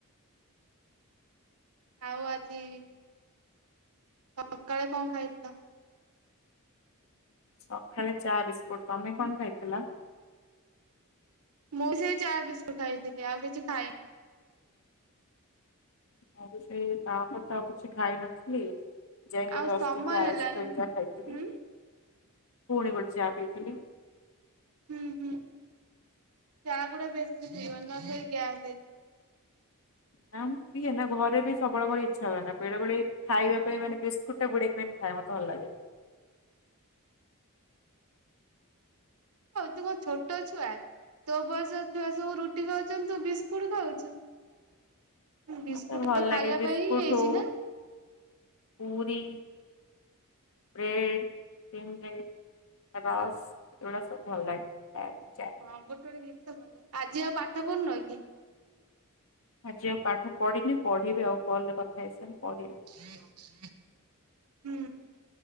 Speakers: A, on the right; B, on the left.
A: ଆଉ ଆଜି ସକାଳେ କଣ ଖାଇଥିଲ?
B: ସକାଳେ ଚା ବିସ୍କୁଟ ତମେ କଣ ଖାଇଥିଲ?
A: ମୁଁ ସେ ଚା ବିସ୍କୁଟ ଖାଇଥିଲି ଆଉ କିଛି ଖାଇନି।
B: ମୁଁ ବି ସେ ତାପରେ ତ ଆଉ କିଛି ଖାଇ ନଥିଲି। ଯାଇକି ଗୋଟେ
A: ଆଉ
B: ଦଶ
A: ସମୟ
B: ଟଙ୍କିଆ
A: ହେଲାନି।
B: ଆଇସ୍କ୍ରିମ ଯା ଖାଇଥିଲି
A: ହୁଁ
B: ପୁଣି ଗୋଟେ ଚା ପିଇଥିଲି।
A: ହୁଁ ହୁଁ ଚା ଗୁଡା ବେଶୀ ପିଇବନି ନହେଲେ ଗ୍ୟାସ ହେଇଯିବ।
B: ନା ମୁଁ ପିଏ ନା ଘରେ ବି ସବୁବେଳେ ମୋର ଇଚ୍ଛା ହୁଏ ନା ବେଳେବେଳେ ଖାଇବା ପାଇଁ ମାନେ ବିସ୍କୁଟଟା ବୁଡେଇକି ମତେ ଖାଇବାକୁ ଭଲ ଲାଗେ।
A: ତୁ କଣ ଛୋଟ ଛୁଆ ତୋ ବୟସ ଛୁଆ ସବୁ ରୁ କହୁଛନ୍ତି ତୁ ବିସ୍କୁଟ ଖାଉଛୁ। ବିସ୍କୁଟ
B: ମତେ ଭଲ ଲାଗେ
A: ଖାଇବା
B: ବିସ୍କୁଟ
A: ପାଇଁ ହିଁ ହେଇଛି
B: ହଉ
A: ନା?
B: ପୁରୀ, ବ୍ରେଡ ଏଇଆଡେ ସବୁ
A: ହଁ ଗୋଟେ ଗୋଟେ ଜିନିଷ ଭଲ ଆଜି ଆଉ ପାଠ ପଢୁନ କି?
B: ଆଜି ଆଉ ପାଠ ପଢିନି ପଢିବି ଆଉ କଲରେ କଥା ହେଇସାରି ପଢିବି।
A: ହୁଁ